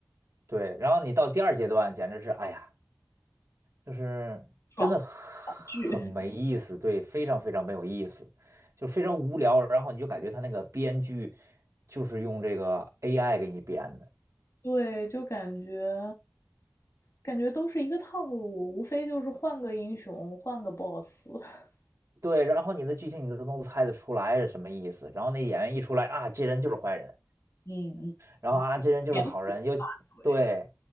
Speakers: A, on the right; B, on the left.
A: 对，然后你到第二阶段，简直是哎呀，就是真的很没意思，
B: 爽剧，<laughs>
A: 对，非常非常没有意思，就非常无聊。然后你就感觉他那个编剧就是用这个 AI 给你编的，
B: 对，就感觉感觉都是一个套路，无非就是换个英雄，换个 boss。<laughs>
A: 对，然后你的剧情你都能猜得出来是什么意思，然后那演员一出来啊，这人就是坏人。
B: 嗯嗯，
A: 然后啊，这人就是好人，
B: 脸谱
A: 尤其对
B: 对，